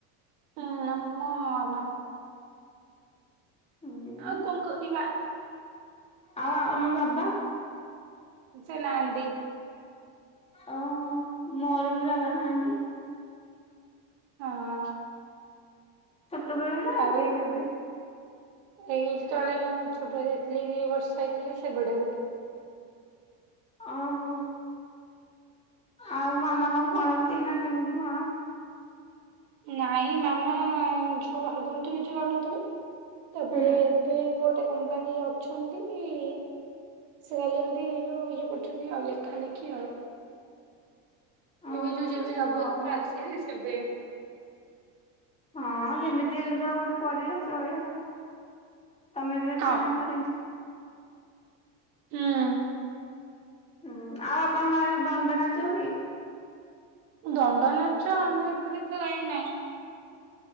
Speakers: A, on the right; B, on the left.
A: ହୁଁ, ଆମ ମାମା
B: ହୁଁ
A: ଆଉ କଣ୍ କରିବା?
B: ଆଉ ଆମ ବାବା?
A: ସେ ନାହାନ୍ତି।
B: ଓହୋ, ମୋର ବି ବାବା ନାହାନ୍ତି।
A: ହଁ ଅଁ।
B: ଛୋଟବେଳେ ନା,
A: ଆଉ
B: ଏବେ କେବେ?
A: ଏଇ ଯେତେବଳେ ମୁଁ ଛୋଟ ହେଇଥିଲି, ଦି ବର୍ଷ ହେଇଥିଲି, ସେବେ ଠାରୁ।
B: ଓହୋ, ଆଉ ମାମା କଣ କରନ୍ତି ନା, କେମିତି କଣ?
A: ନାଇଁ ମାମା ଯଉ ଆଗରୁ ତ କିଛି କରୁନଥିଲେ ତାପରେ
B: ହୁଁ
A: ଏବେ ଗୋଟେ କମ୍ପାନୀରେ ଅଛନ୍ତି ଇ ଇ ସେ ଗଲେ ଏମିତି ଯଉ ଇଏ କରୁଛନ୍ତି ଆଉ, ଲେଖା ଲେଖି ଆଉ।
B: ଓହୋ
A: ଏବେ ଯଉ
B: ଆଚ୍ଛା
A: ଯେବେ ଜଗତପୁର୍
B: ହଉ ଆଉ।
A: ଆସିଲି ସେବେ।
B: ହଁ, ଯେମିତି ହେଲେ ତ ଆଉ ଗୋଟେ ପରିବାର ଚଳିବା କଥା, ତମେ ବି ଅଛନା
A: ହଁ
B: ଘରେ?
A: ହୁଁ।
B: ହୁଁ, ଆଉ ଆପଣଙ୍କ ଆଡେ ଦଣ୍ଡ ନାଚ ହୁଏ?
A: ଦଣ୍ଡ ନାଚ ଆମ ଏପଟେ ତ କାଇଁ ନାହିଁ।